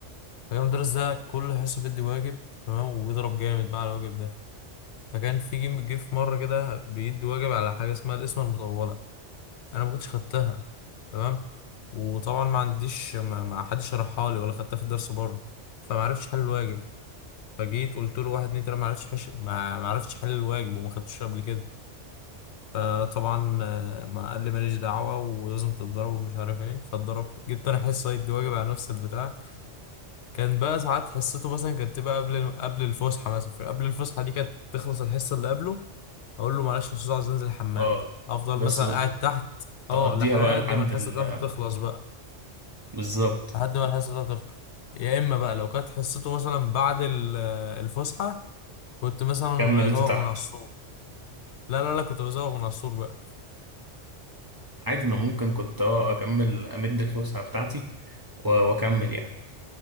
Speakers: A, on the left; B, on the right.
A: فكان المدرس ده كل حصة بيدي واجب تمام وبيضرب جامد بقى على الواجب ده فكان في جيم- جه في مرة كده بيدي واجب على حاجة اسمها القسمة المطولة انا ما كنتش خدتها تمام وطبعا ما عنديش ما, ما حدش شرحها لي ولا خدتها في الدرس بره فما عرفتش حل الواجب فجيت قلت له واحد اتنين تلاته ما عرفتش حش... ما, ما عرفتش حل الواجب وما خدتوش قبل كده فطبعا آه، ما قال لي ماليش دعوه ولازم تتضرب ومش عارف ايه فاتضربت جبت انا حصه يد واجب على نفس البتاع كان بقى ساعات حصته مثلا كانت تبقى قبل قبل الفسحه مثلا قبل الفسحه دي كانت تخلص الحصه اللي قبله اقول له معلش يا استاذ عايز انزل الحمام
B: اه
A: افضل
B: بس
A: مثلا قاعد تحت
B: تقضيها
A: اه لحد
B: بقى لحد
A: ما الحصه
B: ال...
A: بتاعته تخلص بقى
B: بالظبط
A: لحد ما الحصه بتاعته تخلص يا اما بقى لو كانت حصته مثلا بعد ال- الفسحه كنت مثلا
B: كملته
A: ازوغ
B: تحت
A: من على السور لا لا لا كنت بزوغ من على السور بقى
B: عادي ما ممكن كنت اه اكمل امد الفسحه بتاعتي و- واكمل يعني